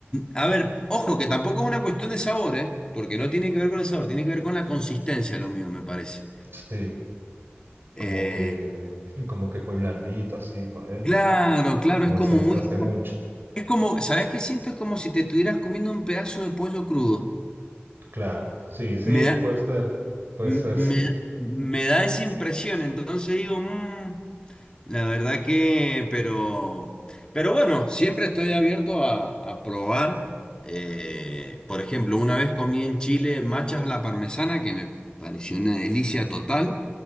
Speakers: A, on the left; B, on the right.
A: A ver, ojo, que tampoco es una cuestión de sabor, ¿eh? Porque no tiene que ver con el sabor, tiene que ver con la consistencia, lo mío, me parece.
B: Sí,
A: Eh,
B: como que, <laughs> como que es muy blandito así, ponele,
A: claro, claro,
B: como
A: es como
B: se deshace
A: muy...
B: mucho.
A: Es como, ¿sabes qué siento? Es como si te estuvieras comiendo un pedazo de pollo crudo.
B: Claro, sí, sí,
A: Me da,
B: puede ser, puede
A: m-
B: ser,
A: me,
B: <laughs> sí.
A: me da esa impresión, entonces digo, mm, La verdad que, pero, pero bueno, siempre estoy abierto a, a probar. Eh, por ejemplo, una vez comí en Chile machas a la parmesana, que me pareció una delicia total,